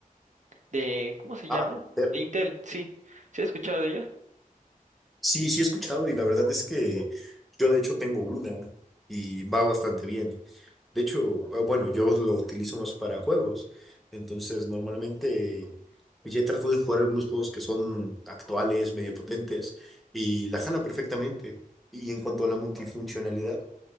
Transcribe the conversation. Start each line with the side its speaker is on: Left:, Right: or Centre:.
Right: de, ¿cómo se
Centre: Ah,
Right: llama?
Centre: de Intel.
Right: De Intel, sí. ¿Se ha escuchado de ellos?
Centre: Sí, sí he escuchado y la verdad es que yo de hecho tengo una y va bastante bien. De hecho, ah, bueno, yo lo utilizo más para juegos, entonces normalmente pues, ya trato de jugar algunos juegos que son actuales, medio potentes y la jala perfectamente. Y en cuanto a la multifuncionalidad,